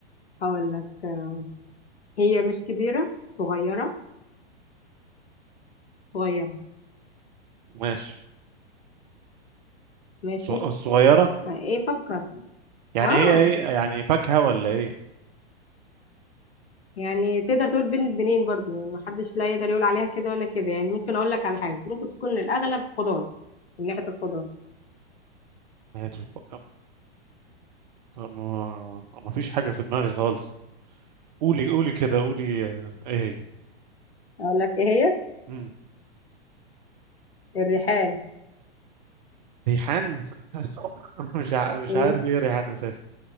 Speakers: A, on the left; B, on the right.
A: هقول لك آه، هي مش كبيرة صغيرة صغيرة
B: ماشي
A: ماشي
B: ص- الصغيرة
A: آه، ايه فكر
B: يعني
A: اه
B: هي ايه يعني فاكهة ولا ايه
A: يعني تقدر تقول بين البنين برضو يعني محدش لا يقدر يقول عليها كده ولا كده يعني ممكن اقول لك على حاجه ممكن تكون الاغلب خضار من ناحيه الخضار
B: نهاية الخ... ما... ما فيش حاجة في دماغي خالص قولي قولي كده قولي آه ايه
A: اقول لك ايه هي
B: مم.
A: الريحان
B: ريحان <laughs> مش ع... مش
A: مم.
B: عارف ايه ريحان اساسا